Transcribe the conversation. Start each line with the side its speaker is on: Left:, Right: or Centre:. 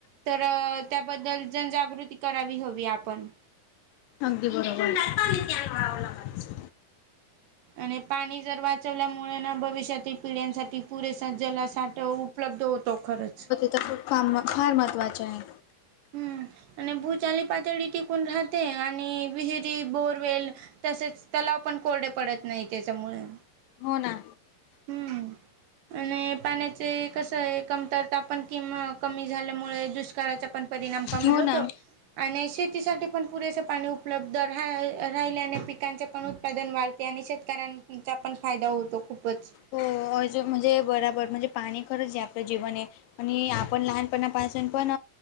Right: तर त्याबद्दल जन जागृती करावी हवी आपण
Left: अगदी बरोबर <unintelligible>
Right: आणि पाणी जर वाचवल्यामुळे ना भविष्यातील पिढ्यांसाठी पुरेसा जलांश साठ उपलब्ध होतो खरंच
Left: तस काम फार महत्वाची आहे.
Right: हम्म आणि भू चाली पातळी टिकून राहते आणि विहिर जी बोरवेल तसेच तलाव पण कोरडे पडत नाही त्याच्यामुळे
Left: हो ना
Right: हम्म आणि पाण्याचे कस आहे कमतरता पण कि कमी- झाल्यामुळे दुष्काळाचा पण परिणाम कमी
Left: हो
Right: होतो
Left: ना.
Right: आणि शेतीसाठी पण पुरेसे पाणी उप उपलब्ध राय राहिल्याने पिकांचे पण उत्पादन वाढते आणि शेतकऱ्यां - चा पण फायदा होतो खूपच
Left: हो <unintelligible> म्हणजे बराबर म्हणजे पाणी खरंच आपलं जीवन आहे आणि आपण लहानपणापासून पण